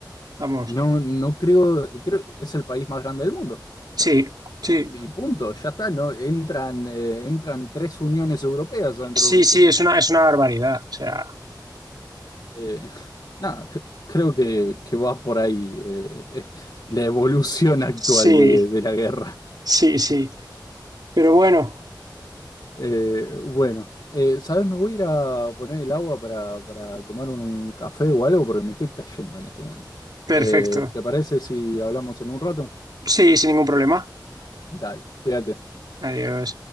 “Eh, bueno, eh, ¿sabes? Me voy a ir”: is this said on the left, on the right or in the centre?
Left